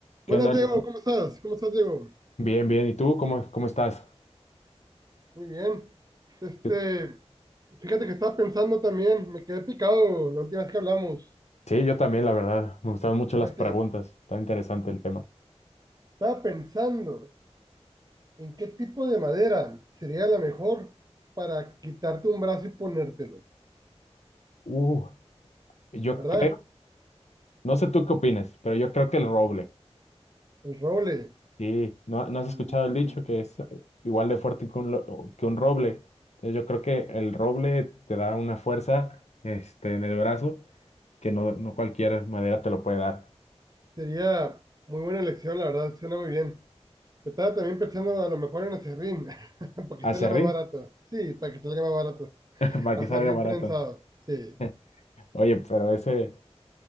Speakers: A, on the left (about 80°); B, on the right (about 35°).
A: ¿Qué
B: Buenas,
A: onda, Ale?
B: Diego,
A: Co-
B: ¿cómo estás? ¿Cómo estás, Diego?
A: Bien, bien. ¿Y tú cómo, cómo estás?
B: Muy bien. Este,
A: Yo-
B: fíjate que estaba pensando también, me quedé picado la última vez que hablamos.
A: Sí, yo también, la verdad. Me gustaron mucho
B: Fíjate,
A: las preguntas. Está interesante el tema.
B: estaba pensando en qué tipo de madera sería la mejor para quitarte un brazo y ponértelo,
A: Uh, yo
B: ¿verdad?
A: creo, no sé tú qué opinas, pero yo creo que el roble.
B: El roble
A: Sí, ¿no, no has
B: mm,
A: escuchado el dicho que es eh, igual de fuerte que un, lo- que un roble? Entonces, yo creo que el roble te da una fuerza, este, en el brazo que no, no cualquier madera te lo puede dar.
B: sería muy buena elección, la verdad, suena muy bien. Pero estaba también pensando a lo mejor en acerrín, <laughs> para que salga
A: Aserrín,
B: más barato. Sí, para que salga más barato.
A: <laughs> para
B: Acerrín
A: que salga barato.
B: prensado, sí.
A: <laughs> Oye, pero ese,